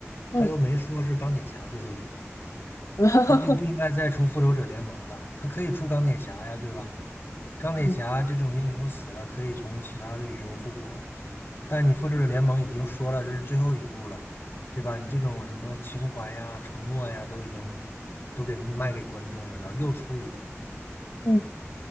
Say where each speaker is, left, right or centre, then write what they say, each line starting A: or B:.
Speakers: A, on the left; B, on the left.
A: 嗯。
B: 他又没说是钢铁侠最后一部，
A: <laughs> 哈哈哈，
B: 他就不应该再出《复仇者联盟》了，他可以出钢铁侠呀，对吧？钢铁侠这种英雄死了可以从其他的宇宙复活，
A: 嗯
B: 但你《复仇者联盟》已经说了这是最后一部了，对吧？你这种什么情怀呀、承诺呀，都已经都给卖给观众了，然后又出一部，
A: 嗯